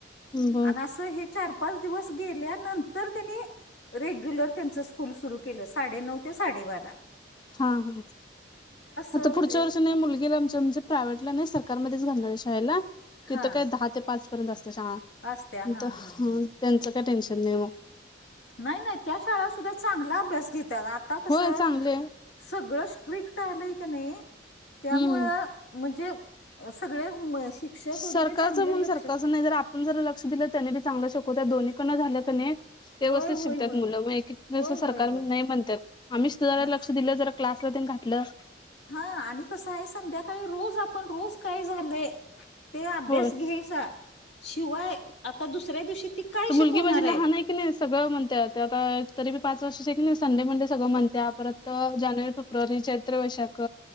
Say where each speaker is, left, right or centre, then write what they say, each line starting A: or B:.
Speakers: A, on the left; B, on the left.
A: बर
B: आणि असं हे चार पाच दिवस गेल्यानंतर त्यांनी, रेग्युलर त्यांच स्कूल सुरू केलं. साडेनऊ ते साडे बारा.
A: हा, हा, आता
B: अ,
A: पुढच्या
B: ते-
A: वर्ष नाही मुलगीला आमच्या आमचे म्हणजे प्रायव्हेटला नाही, सरकारमध्येच घालणार ये शाळेला. तिथं
B: हा
A: काय दहा ते पाच पर्यंत असत्या शाळा,
B: असत्या हा
A: त्यांचं
B: हा हा
A: काय टेन्शन नाही मग.
B: नाय, नाय, त्या शाळात सुद्धा चांगला अभ्यास घेत्यात, आता कसं
A: होय चांगले
B: सगळं स्ट्रिक्ट आलंय की नाही त्यामुळं
A: हम्म
B: म्हणजे, सगळे <unintelligible> वगैरे
A: सरकारच
B: चांगले
A: म्हणून
B: लक्ष
A: सरकारच नाही तर आप आपण जरा लक्ष दिलं, त्याने बी चांगला शिकवत्या दोन्हीकडं झाल की नाही व्यवस्थित
B: होय होय
A: शिकत्यात
B: होय
A: मुलं, एक, एक दिवस
B: होय होय
A: सरकार
B: होय होय
A: नाही म्हणत्यात, आम्ही तुझ्या
B: न-
A: लक्ष दिलं जरा क्लासला तेनं घातलं
B: हा आणि कसं ए संध्याकाळी रोज आपण रोज काय झालय ते अभ्यास
A: होय
B: घ्यायचा, शिवाय आता दुसऱ्या दिवशी ती काय
A: ती
B: शिकवणार
A: मुलगी माझी
B: आहेत
A: लहान आहे की नी सगळं म्हणते आता तरी बी पाच वर्ष आहे की नाही तरी बी संडे मनडे सगळं म्हणते परत तर जानेवारी, फेब्रुवारी, चैत्र, वैशाख